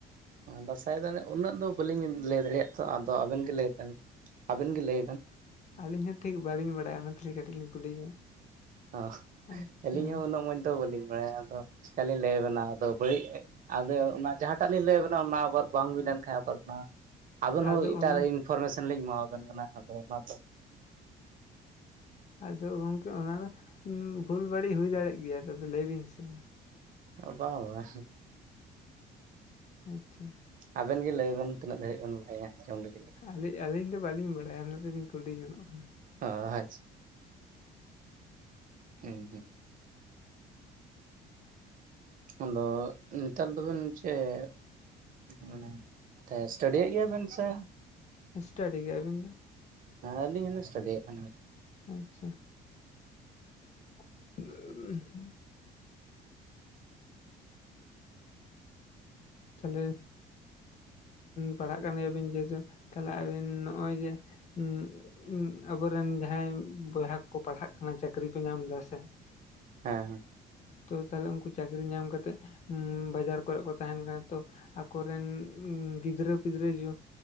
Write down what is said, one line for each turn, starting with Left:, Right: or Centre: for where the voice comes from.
Right: ᱫᱟᱸᱥᱟᱭ ᱫᱚ ᱩᱱᱟᱹᱜ ᱫᱚ ᱵᱟᱹᱞᱤᱧ ᱞᱮ ᱫᱟᱲᱮᱭᱟᱜ ᱛᱚ ᱟᱫᱚ ᱟᱵᱮᱱ ᱜᱮ ᱞᱟᱹᱭ ᱵᱤᱱ ᱟᱵᱤᱱ ᱞᱟᱹᱭ ᱵᱤᱱ᱾
Left: ᱟᱹᱞᱤᱧ ᱦᱚᱸ ᱴᱷᱤᱠ ᱵᱟᱹᱞᱤᱧ ᱵᱟᱲᱟᱭᱟ ᱚᱱᱟ ᱛᱮᱞᱤ ᱠᱟᱹᱴᱤᱡ ᱞᱤᱧ ᱠᱩᱞᱤ
Right: ᱚᱜ
Left: ᱟᱪᱪᱷᱟ
Right: ᱟᱹᱞᱤᱧ ᱦᱚᱸ ᱩᱱᱟᱹᱜ ᱢᱚᱡᱽ ᱫᱚ ᱵᱟᱹᱞᱤᱧ ᱵᱟᱲᱟᱭᱟ ᱟᱫᱚ ᱪᱮᱠᱟᱞᱤᱧ ᱞᱟᱹᱭ ᱟᱵᱮᱱᱟ ᱟᱫᱚ <unintelligible> ᱟᱫᱚ ᱚᱱᱟ ᱡᱟᱦᱟᱸᱴᱟᱜ ᱞᱤᱧ ᱞᱟᱹᱭᱟᱵᱮᱱᱟ ᱚᱱᱟ ᱟᱵᱟᱨ ᱵᱟᱝ ᱦᱩᱭ ᱞᱮᱱᱠᱷᱟᱱ ᱟᱵᱟᱨ ᱚᱱᱟ ᱟᱵᱮᱱ
Left: ᱟᱫᱚ
Right: ᱦᱚᱸ ᱮᱴᱟᱜ
Left: ᱚᱱᱟ
Right: <unintelligible> ᱯᱷᱚᱨᱢᱮᱥᱚᱱ ᱞᱤᱧ ᱮᱢᱟᱣᱟᱵᱮᱱ ᱠᱟᱱᱟ ᱟᱫᱚ ᱚᱱᱟ ᱫᱚ᱾
Left: ᱟᱫᱚ ᱜᱚᱝᱠᱮ ᱚᱱᱟ ᱫᱚ ᱵᱷᱩᱞ ᱵᱟᱹᱲᱤᱡ ᱦᱩᱭ ᱫᱟᱲᱮᱜ ᱜᱮᱭᱟ ᱟᱫᱚ ᱞᱟᱹᱭ ᱵᱤᱱ ᱥᱮ ᱢᱟ᱾
Right: ᱵᱟ ᱵᱟ
Left: ᱟᱪᱪᱷᱟ
Right: ᱟᱵᱮᱱ ᱜᱮ ᱞᱮ ᱵᱮᱱ ᱛᱤᱱᱟᱹᱜ ᱫᱷᱟᱹᱨᱤᱡ ᱵᱮᱱ ᱵᱟᱲᱟᱭᱟ? ᱞᱮᱜᱮᱞᱤᱧ
Left: ᱟᱹᱞᱤ ᱟᱹᱞᱤᱧ ᱫᱚ ᱵᱟᱹᱞᱤᱧ ᱵᱟᱲᱟᱭᱟ ᱚᱱᱟ ᱛᱤᱞᱤᱧ ᱠᱩᱞᱤ ᱡᱚᱱᱚᱜ ᱠᱟᱱᱟ᱾ <inaudible>
Right: ᱚ ᱟᱪᱪᱷᱟ ᱦᱩᱸ ᱦᱩᱸ ᱟᱫᱚ ᱱᱮᱛᱟᱨ ᱫᱚᱵᱮᱱ ᱪᱮᱫ ᱢᱟᱱᱮ ᱥᱴᱟᱰᱤᱭᱮᱫ ᱜᱮᱭᱟ ᱵᱮᱱ ᱥᱮ
Left: ᱥᱴᱟᱰᱤ ᱜᱮ ᱟᱹᱵᱤᱱ ᱫᱚ
Right: ᱟᱞᱤᱧ ᱦᱚᱞᱤᱧ ᱥᱴᱟᱰᱤᱭᱮᱜ ᱠᱟᱱᱟ
Left: ᱟᱪᱪᱷᱟ <inaudible> ᱛᱟᱦᱞᱮ ᱯᱟᱲᱦᱟᱜ ᱠᱟᱱ ᱜᱮᱭᱟᱵᱤᱱ ᱡᱮᱦᱩᱛᱩ ᱛᱟᱦᱞᱮ ᱟᱵᱤᱱ ᱱᱚᱜᱼᱚᱭ ᱡᱮ ᱦᱩᱸ ᱟᱵᱚᱨᱮᱱ ᱡᱟᱦᱟᱸᱭ ᱵᱚᱭᱦᱟ ᱠᱚ ᱯᱟᱲᱦᱟᱜ ᱠᱟᱱᱟ ᱪᱟᱹᱠᱨᱤ ᱠᱚ ᱧᱟᱢ ᱫᱟ ᱥᱮ
Right: ᱦᱮᱸ ᱦᱮᱸ
Left: ᱛᱚ ᱛᱟᱦᱚᱞᱮ ᱩᱱᱠᱩ ᱪᱟᱹᱠᱨᱤ ᱧᱟᱢ ᱠᱟᱛᱮᱜ ᱵᱟᱡᱟᱨ ᱠᱚᱨᱮᱜ ᱠᱚ ᱛᱟᱦᱮᱱ ᱠᱟᱱᱟ ᱛᱚ ᱟᱠᱚᱨᱮᱱ ᱜᱤᱫᱽᱨᱟᱹ ᱯᱤᱫᱽᱨᱟᱹ ᱡᱚ